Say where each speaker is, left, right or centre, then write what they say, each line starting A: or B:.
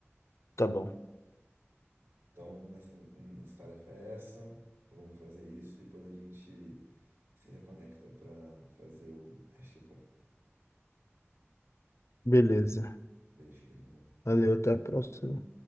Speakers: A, on the left; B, on the right.
A: Tá bom.
B: Então, nossa, nossa tarefa é essa. então Vamos fazer isso e depois a gente se reconecta para fazer o resto do plano.
A: Beleza.
B: Beijo, beijo, amor.
A: Valeu, até a próxima.